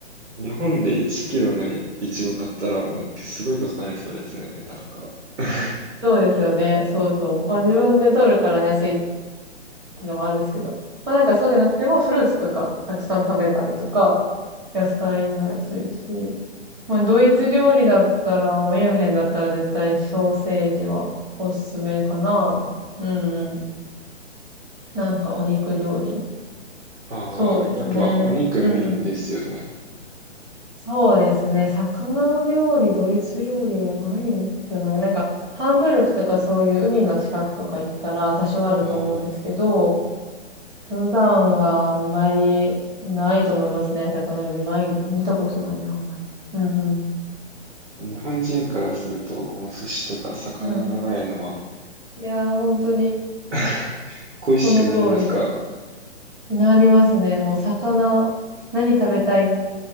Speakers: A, on the right; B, on the right.
A: 日本で1キロのい、いちご買ったらもうすごいことになりそうですね、値段が。<laughs>
B: そうですよね。そうそう。まあ自分で取るから安いっていうのもあるんですけど。まあなんかそうじゃなくてもフルーツとかたくさん食べたりとか、野菜も安いし。まあドイツ料理だったら、まあミュンヘンだったら絶対ソーセージはおすすめかな。うんうん。なんかお肉料理。
A: ああ、
B: そうですね。
A: やっぱお肉メインですよね。
B: うんうん。そうですね。魚の料理、ドイツ料理はないんじゃないなんか、ハンブルクとかそういう海の近くとか行ったら多少あると思うんですけど、
A: ああ。
B: 普段はあんまりないと思いますね。魚料理ない、見たことないな、あんまり。うんうん。
A: 日本人からすると、この寿司とか魚がないのは
B: うん。いやー、本当に、
A: <laughs> 恋しくなりますか
B: この通りで。なりますね。もう魚、何食べたいって